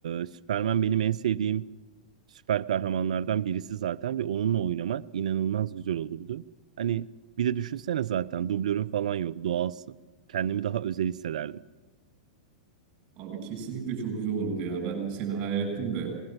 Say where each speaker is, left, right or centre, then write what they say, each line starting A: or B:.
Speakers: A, on the right; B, on the right.
A: Superman benim en sevdiğim süper kahramanlardan birisi zaten ve onunla oynamak inanılmaz güzel olurdu. Hani bir de düşünsene zaten dublörün falan yok, doğalsın. Kendimi daha özel hissederdim.
B: Abi kesinlikle çok güzel olurdu ya. Ben seni hayal ettim de